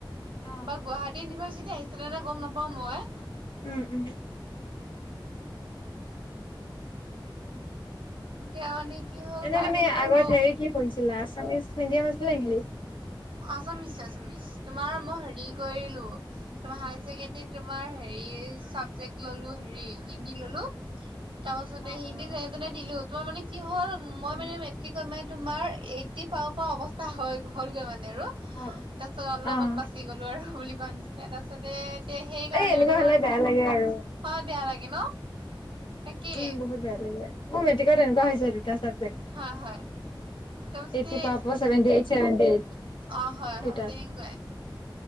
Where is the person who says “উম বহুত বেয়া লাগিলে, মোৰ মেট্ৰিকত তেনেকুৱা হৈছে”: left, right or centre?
Left